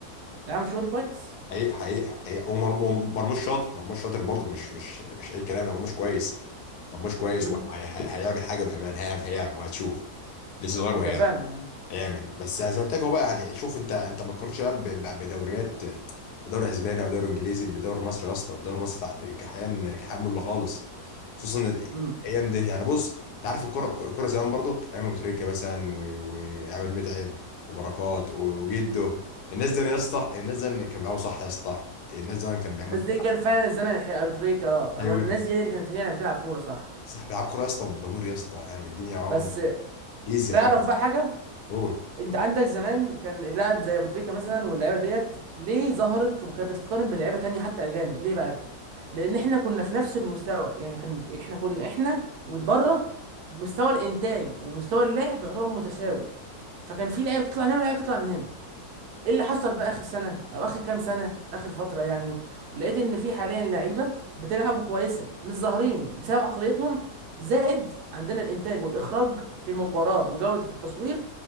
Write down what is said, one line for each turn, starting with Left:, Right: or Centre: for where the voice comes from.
Right: لا عامل شغل كويس
Left: حقيقي حقيقي حقيقي ومر- ومرموش شاطر مرموش شاطر برضك مش مش مش اي كلام لا، مرموش كويس مرموش كويس
Right: امم
Left: وهيعمل حاجه بامان هيعمل هيعمل وهتشوف لسه صغير
Right: ده فعلا
Left: يعمل بس زي ما قلت لك هو بقى يعني شوف انت انت ما تقارنش بقى ب- ب- بدوريات بدوري اسباني او دوري انجليزي بدوري مصري يا اسطى الدوري المصري تع- كحيان كحيان مله خالص خصوصا
Right: امم
Left: الايام دي يعني بص انت عارف الكوره الكوره زمان برضك ايام ابو تريكه مثلا و- وعماد متعب وبركات وجده الناس دي يا اسطى الناس دي كان بيلعبوا صح يا اسطى الناس دي كان بيعملوا
Right: الناس دي كان فعلا الزمن الحقيقي ابو تريكة اه
Left: ايوه
Right: هو الناس دي هي اللي كانت يعني بتلعب كوره صح
Left: صح بيلعبوا كوره يا اسطى بضمير يا اسطى يعني الدنيا معاهم
Right: بس
Left: ايزي
Right: تعرف
Left: خالص
Right: بقى حاجه
Left: هو
Right: انت عندك زمان كان اللاعب زي ابو تريكة مثلا واللعيبه ديت ليه ظهرت وكانت بتتقارن بلعيبه تانية حتى اجانب ليه بقى لان احنا كنا في نفس المستوى يعني كان احنا كنا احنا وبره مستوى الانتاج ومستوى اللعب يعتبر متساوي فكان في لعيبه تطلع من هنا ولعيبه تطلع من هنا ايه اللي حصل بقى اخر سنه او اخر كام سنه اخر فتره يعني لقيت ان في حاليا لعيبه بتلعب كويسه مش ظاهرين بسبب عقليتهم زائد عندنا الانتاج والاخراج في المباراه وجوده التصوير